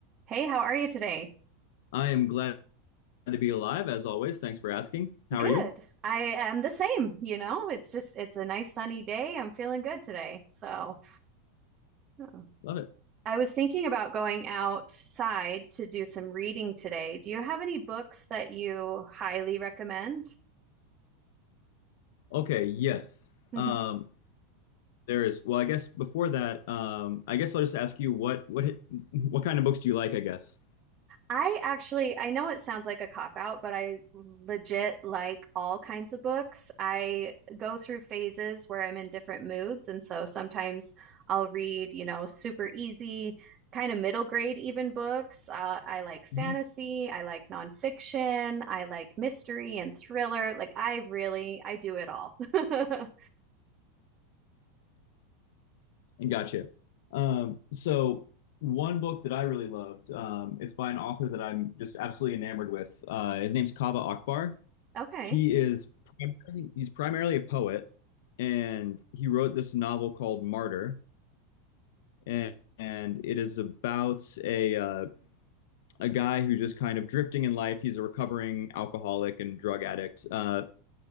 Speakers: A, on the right; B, on the left.
A: Hey, how are you today?
B: I am glad to be alive, as always. Thanks for asking. How
A: Good.
B: are you?
A: I am the same, you know. It's just it's a nice sunny day. I'm feeling good today. So, Oh.
B: Love it.
A: I was thinking about going outside to do some reading today. Do you have any books that you highly recommend?
B: Okay, yes.
A: <laughs>
B: Um, there is. Well, I guess before that, um, I guess I'll just ask you what what what kind of books do you like, I guess.
A: I actually, I know it sounds like a cop out, but I legit like all kinds of books. I go through phases where I'm in different moods. And so sometimes I'll read, you know, super easy, kind of middle grade even books. Uh, I like fantasy.
B: Mhm.
A: I like nonfiction. I like mystery and thriller. Like I really, I do it all. <laughs>
B: And gotcha. Um, so one book that I really loved, um, it's by an author that I'm just absolutely enamored with. Uh, his name's Kaveh Akbar.
A: Okay.
B: He is primarily, he's primarily a poet, and he wrote this novel called Martyr. and, and it is about a uh, a guy who's just kind of drifting in life. He's a recovering alcoholic and drug addict, uh,